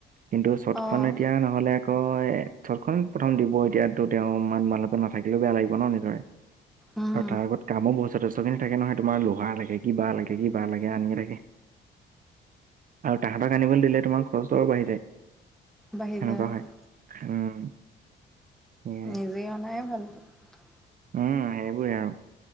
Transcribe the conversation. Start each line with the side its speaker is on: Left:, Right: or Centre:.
Right: কিন্তু চটখন
Centre: অ',
Right: হে এতিয়া নহ'লে- হয় চটখন প্ৰথম দিব এতিয়া তো তেওঁ ইমান মানুহটো নাথাকিলেও বেয়া লাগিব ন' এনেদৰে।
Centre: উম,
Right: আৰু তাৰ আগত কামো বহুত যথেষ্টখিনি থাকে নহয় তোমাৰ লোহাৰ লাগে, কিবা লাগে, কিবা লাগে অন্যান্য থাকে। আৰু তাহাঁতৰ আনিবলৈ দিলে তোমাৰ খৰচও বাঢ়ি যায়। সেনেকুৱা
Centre: বাঢ়ি যায় অ'।
Right: হয়। উম' সেয়াই
Centre: নিজে অনাই ভাল তা'ত কৈ।
Right: উম' সেইবোৰে আৰু।